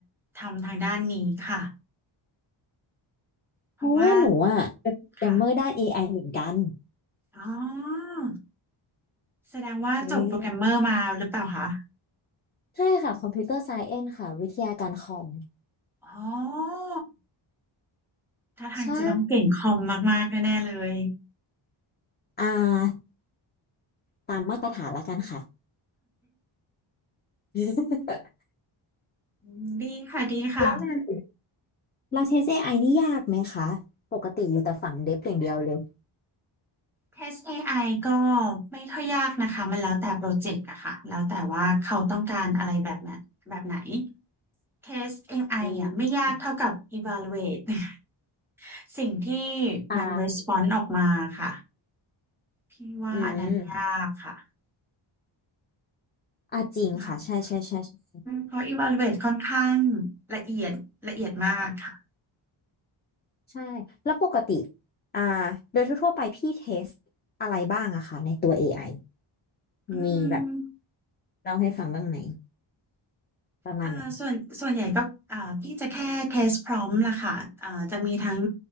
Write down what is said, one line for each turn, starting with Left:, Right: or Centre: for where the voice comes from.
Centre: ทำทางด้านนี้ค่ะเพราะว่า
Left: เพราะว่าหนูอะเป็นโปรแกรมเมอร์ด้าน
Centre: ค่ะ
Left: AI เหมือนกัน
Centre: อ๋อแสดงว่าจบโปรแกรมเมอร์มาหรือเปล่าคะ
Left: เอ๊ะใช่ค่ะ Computer Science ค่ะวิทยาการคอม
Centre: อ๋อถ้าทางจะต้องเก่งคอมมากๆแน่ๆเลย
Left: ใช่อ่าตามมาตรฐานแล้วกันค่ะ <laughs>
Centre: อืมดีค่ะดีค่ะ
Left: แล้วงาน เราเทส AI นี่ยากไหมคะ ปกติอยู่แต่ฝั่งเดฟอย่างเดียวเลย
Centre: Test AI ก็ไม่ค่อยยากนะคะมันแล้วแต่โปรเจกต์อะค่ะแล้วแต่ว่าเขาต้องการอะไรแบบนั้นแบบไหน Test เทส AI
Left: อื
Centre: อ่ะไม่ยากเท่ากับ
Left: ม
Centre: evaluate <laughs> สิ่งที่มัน
Left: อ่า
Centre: r e s p o n e ออกมาค่ะพี่ว่าอันนั้นยากค่ะ
Left: อืมอ่าจริงค่ะ
Centre: ค่ะ
Left: ใช่ใช่ใช่ใช่
Centre: เพราะ evaluate ค่อนข้างละเอียดละเอียดมากค่ะ
Left: ใช่แล้วปกติ อ่า โดยทั่วๆไปพี่เทสอะไรบ้างอะคะในตัว AI
Centre: อื
Left: มีแบบ
Centre: ม
Left: เล่าให้ฟังบ้างไหมประมาณไหน
Centre: อ่าส่วนส่วนใหญ่ก็อ่าพี่จะแค่ test prompt ละค่ะอ่าจะมีทั้ง